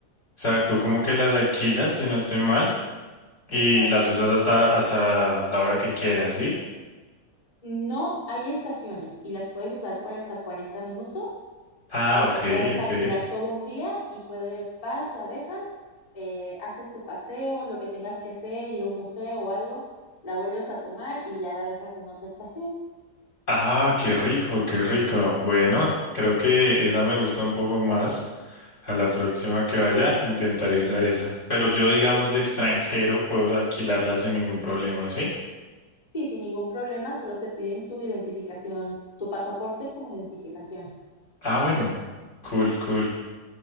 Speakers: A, on the left; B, on the left.
A: sea, tú como que las alquilas, si no estoy mal. Y
B: exacto.
A: las usas hasta, hasta la hora que quieras, ¿sí?
B: No hay estaciones y las puedes usar por hasta cuarenta minutos
A: Ah,
B: pero
A: ok,
B: puedes
A: ok.
B: alquilar todo un día y puedes, vas, la dejas, eh, haces tu paseo, lo que tengas que hacer, ir a un museo o algo, la vuelves a tomar y ya la dejas en otra estación.
A: Ah, qué rico, qué rico. Bueno, creo que esa me gusta un poco más. A la próxima que vaya, intentaré usar esa. Pero yo, digamos, de extranjero, puedo alquilarla sin ningún problema, ¿sí?
B: Sí, sin ningún problema, solo te piden tu identificación, tu pasaporte como identificación.
A: Ah, bueno. Cool, cool.